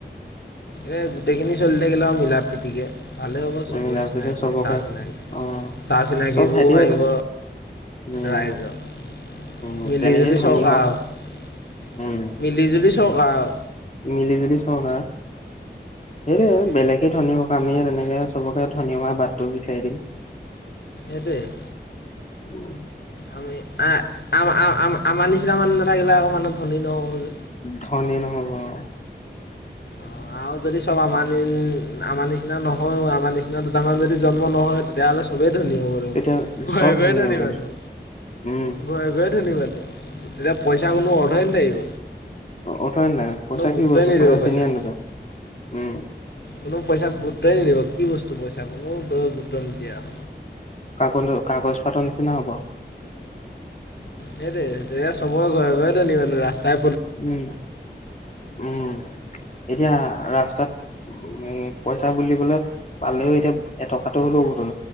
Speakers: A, on the left; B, on the left.
A: এ গোটেইখিনি চলি থাকিলে আৰু মিলা প্ৰীতিকে, ভালেই হ'ব চবৰে
B: মিলাই
A: চিনাকি
B: পেলাই চবকে
A: চাহ চিনাকি
B: অ'
A: চাহ চিনাকিবোৰোঁ
B: চব সিহঁতিয়ে
A: বাঢ়িব।
B: উম
A: ৰাইজৰ
B: উম
A: মিলিজুলি
B: তেনেকেই ধনী
A: চৰকাৰ
B: হওক
A: আৰু।
B: উম
A: মিলি জুলি চৰকাৰ আৰু।
B: মিলি জুলি চৰকা সেইটোৱে
A: তাকে
B: আৰু বেলেগে ধনী হক। আমি তেনেকে চবকে ধনি হোৱা বাটটো দেখায় দিম <inaudible>
A: এবে <inaudible>
B: উম
A: আমি আম আমাৰ নিচিনা মানুহ নাথাকিলে অক মানুহ ধনী নহব যে
B: ধনী নহব অ
A: অ আৰু যদি চব আমাৰ আমাৰ নিচিনা নহয়ও আমাৰ নিচিনা দুটামান যদি জন্ম নহয় তেতিয়া চোবেই ধনী হ'ব
B: তেতিয়া
A: ঘৰে
B: চব
A: ঘৰে ধনী
B: হৈ গ'ল
A: মানুহ
B: উম
A: ঘৰে ঘৰে ধনী মানুহ তেতিয়া পইচা কোনো অধই নালাগিব
B: উঠোৱ নাই পইচা
A: গুৰুত্বই
B: কি বস্তু
A: নিদিব
B: পইচা
A: পইচাক।
B: চিনি নাপাম ত উম
A: কোনো পইচাক গুৰুত্বই নিদিব কি বস্তু পইচা কোনো দয় গুৰুত্ব নিদিয়া <inaudible>
B: কাগজৰ কাগজ পাতৰ নিচিনা হব <inaudible>
A: সেইট তেতিয়া চৰে ঘৰে ঘৰে দলি মানুহ ৰাস্তা
B: উম উম এতিয়া
A: <unintelligible>
B: ৰাস্তাত উম পইচা বুলিবলে পালেও এতিয়া এটকাটো হ'লও